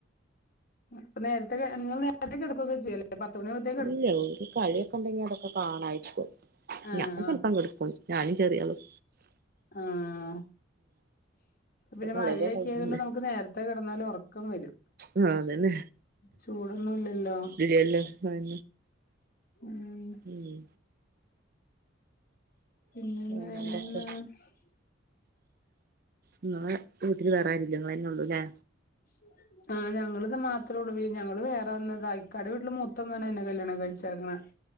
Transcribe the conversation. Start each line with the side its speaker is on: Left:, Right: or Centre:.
Left: അപ്പ ന്നേരത്തെ ഇങ്ങള് ന്നേരത്തെ കെട്ക്കൊക്കെ ചെയ്യുല്ലേ ഒര് പത്ത്മണിആഉബത്തേ
Right: ഇല്ലൽ ഒരു കളിഒക്കെ ഇണ്ടെങ്കി അതൊക്കെ കാണും ആയ്ച്ചേൽ
Left: ആ
Right: ഞാൻ
Left: ആ
Right: ചെൽപം കെട്ക്കും ഞാനും ചെറീതും
Left: ആഹ് പിന്നെ
Right: കളിയുടെ
Left: മഴയൊക്കെ
Right: ടൈമല്ലേ
Left: ആയതോണ്ട് ന്നമുക്ക് ന്നേര നേരത്തെ കിടന്നാലും ഉറക്കം വരും.
Right: ആഹ് അതന്നെ
Left: ചൂടൊന്നും ഇല്ലല്ലോ
Right: ഇല്ലല്ലോ <unintelligible>
Left: ഉം
Right: ഉം
Left: <unintelligible>
Right: വേറെന്തൊക്കെ ഇങ്ങളെ വീട്ടില് വേറെ ആരൂല്ല. ഇങ്ങളെന്നോളും ഇല്ലെ?
Left: <inaudible> ആഹ് ഞങ്ങളത് മാത്രുള്ളൂ. ഞങ്ങള് വേറെ വന്നതാ. ഇക്കാടെ വീട്ടില് മൂത്ത മോന എന്നെ കല്യാണം കഴിച്ചെക്ക്ണ്